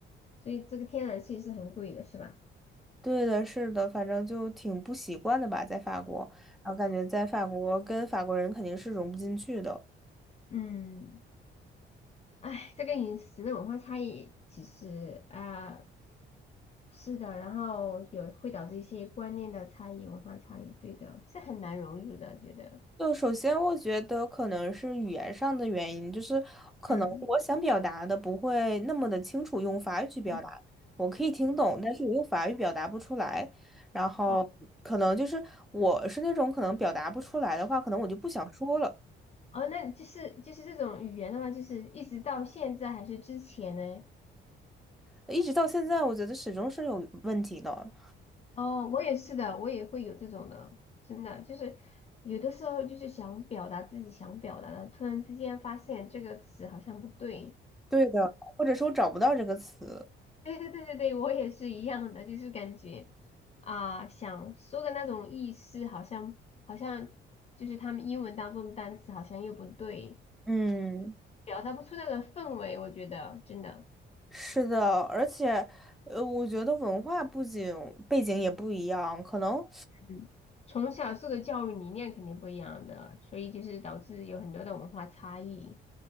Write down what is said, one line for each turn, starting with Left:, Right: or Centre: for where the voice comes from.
Left: 所以这个天然气是很贵的，是吧？
Centre: 对的，是的，反正就挺不习惯的吧，在法国，然后感觉在法国跟法国人肯定是融不进去的。
Left: 嗯，哎，这个饮食的文化差异其实啊，是的，然后有会导致一些观念的差异、文化差异，对的，是很难融入的，觉得。
Centre: 就首先，我觉得可能是语言上的原因，就是可能我想表达的不会那么的清楚，
Left: 嗯
Centre: 用法语去表达，
Left: 嗯，
Centre: 我可以听懂，但是我用法语表达不出来。然后可能就是我是那种可能表达不出来的话，
Left: 哦
Centre: 可能我就不想说了。
Left: 哦，那就是就是这种语言的话，就是一直到现在还是之前呢？
Centre: 一直到现在，我觉得始终是有问题的。
Left: 哦，我也是的，我也会有这种的，真的就是有的时候就是想表达自己想表达的，突然之间发现这个词好像不对，
Centre: 对的，或者说找不到这个词。
Left: 对对对对对，我也是一样的，就是感觉啊、想说的那种意思，好像好像就是他们英文当中的单词好像又不对，
Centre: 嗯，
Left: 表达不出那个氛围，我觉得真的，
Centre: 是的，而且，呃，我觉得文化不仅背景也不一样，可能
Left: 嗯，从小受的教育理念肯定不一样的，所以就是导致有很多的文化差异。